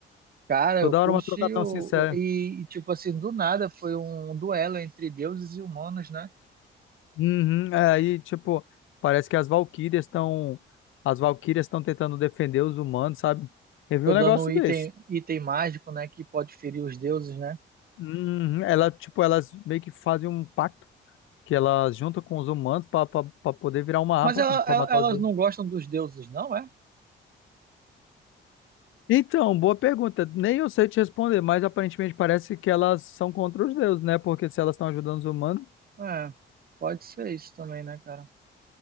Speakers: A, on the right; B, on the left.
A: Cara,
B: Toda
A: eu curti
B: hora uma trocação
A: o...
B: sincera.
A: e, tipo assim, do nada foi um duelo entre deuses e humanos, né?
B: Uhum, é, aí, tipo, parece que as Valquírias estão as Valquírias estão tentando defender os humanos, sabe? Eu vi
A: tô
B: um
A: dando
B: negócio
A: um item,
B: desse.
A: item mágico, né? Que pode ferir os deuses, né?
B: Uhum, ela, tipo, elas meio que fazem um pacto que elas juntam com os humanos pra pra- pra poder virar uma arma
A: Mas ela-
B: pra pra
A: ela-
B: matar
A: elas
B: os deuses.
A: não gostam dos deuses, não é?
B: Então, boa pergunta. Nem eu sei te responder, mas aparentemente parece que elas são contra os deuses, né? Porque se elas estão ajudando os humanos,
A: É, pode ser isso também, né, cara?